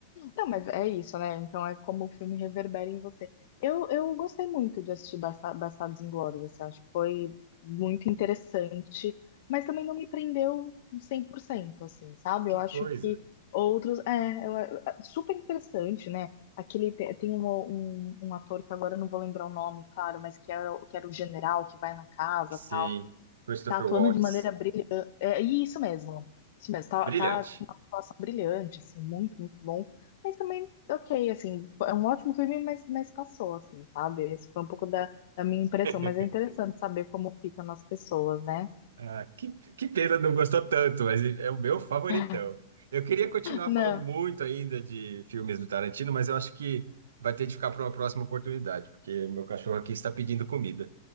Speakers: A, on the left; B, on the right.
A: Não, mas é isso, né? Então é como o filme reverbera em você. Eu, eu gostei muito de assistir Basta- Bastardos Inglórios, assim, acho que foi muito interessante, mas também não me prendeu 100%, assim, sabe?
B: Que
A: Eu acho
B: coisa.
A: que outros... É, eu- é é super interessante, né? Aquele... te- Tem um, um, um ator que agora eu não vou lembrar o nome, claro, mas que era, o- que era o general que vai na casa,
B: Sim,
A: tal,
B: Christopher
A: Tá atuando
B: Waltz.
A: de maneira brilhante. É, e isso mesmo. Isso mesmo. Tá,
B: Brilhante.
A: tá com uma atuação brilhante, assim, muito, muito bom. Mas também, ok, assim, é um ótimo filme, mas, mas passou, assim, sabe? Esse foi um pouco da, da minha impressão,
B: <laughs>
A: mas é interessante saber como fica nas pessoas, né?
B: Ah, que, que pena não gostou tanto, mas é o meu favoritão.
A: <laughs>
B: Eu queria continuar
A: Não,
B: falando muito ainda de filmes do Tarantino, mas eu acho que vai ter de ficar para uma próxima oportunidade, porque meu cachorro aqui está pedindo comida.